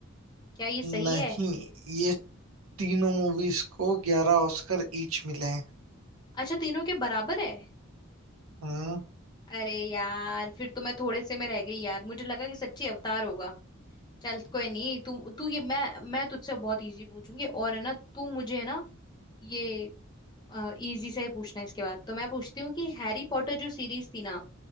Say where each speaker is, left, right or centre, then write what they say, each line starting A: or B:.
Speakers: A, on the left (about 20°); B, on the right (about 80°).
A: क्या ये सही
B: नहीं
A: है
B: ये तीनों मूवीज को ग्यारह ऑस्कर ईच मिले हैं
A: अच्छा तीनों के बराबर है
B: हम्म
A: अरे यार फिर तो मैं थोड़े से में रह गई यार मुझे लगा कि सच्ची अवतार होगा चल कोई नहीं तू तू ये मैं मैं तुझसे बहुत इजी पूछूंगी और है ना तू मुझे है ना ये इजी सा ही पूछना है इसके बाद तो मैं पूछती हूँ कि हैरी पॉटर जो सीरीज थी ना